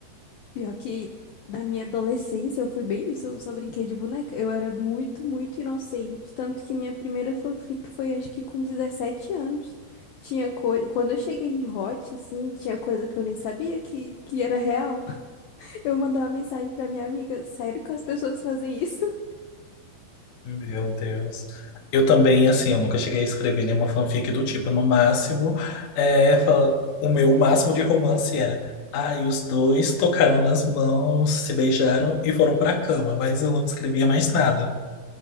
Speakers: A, on the left (about 80°); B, on the left (about 60°).
A: Pior que na minha adolescência eu fui bem isso, eu só brinquei de boneca. Eu era muito, muito inocente. Tanto que minha primeira fanfic foi acho que com 17 anos. Tinha coisa. Quando eu cheguei em Hot, assim, tinha coisa que eu nem sabia que, que era real. Eu mandar uma mensagem pra minha amiga, sério que as pessoas fazem isso? <laughs>
B: Meu Deus. Eu também, assim, eu nunca cheguei a escrever nenhuma fanfic do tipo. No máximo, é, fa- o meu máximo de romance era. Ai, os dois tocaram nas mãos, se beijaram e foram pra cama, mas eu não escrevia mais nada.